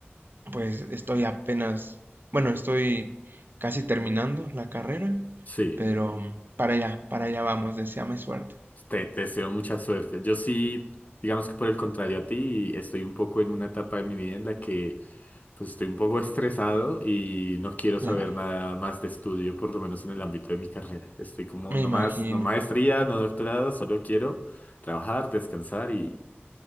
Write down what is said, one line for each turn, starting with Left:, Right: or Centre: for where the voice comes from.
Right: pues estoy apenas, bueno, estoy casi terminando la carrera,
Left: Sí.
Right: pero mm, para allá, para allá vamos, deséame suerte.
Left: Te, te deseo mucha suerte. Yo sí, digamos que por el contrario a ti, estoy un poco en una etapa de mi vida en la que Pues estoy un poco estresado y no quiero saber
Right: Ya,
Left: nada más de estudio, por lo menos en el ámbito de mi carrera. Estoy como
Right: me
Left: no
Right: imagino,
Left: más, no maestría, no doctorado, solo quiero trabajar, descansar y,